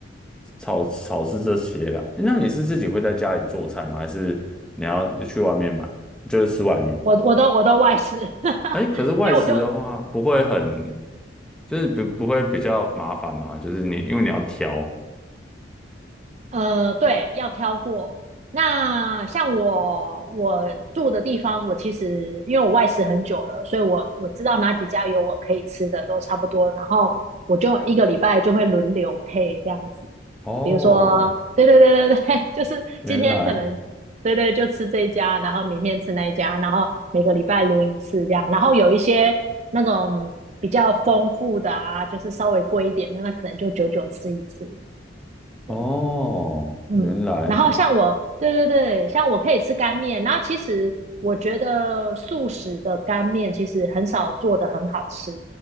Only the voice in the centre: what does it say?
炒炒是这些啦。诶那你是自己会在家里做菜吗？还是你要去外面买，就是吃外面？
哎，可是外食的话不会很，
就是不不会比较麻烦吗？就是你因为你要挑。
哦，
原来，
哦，
原来，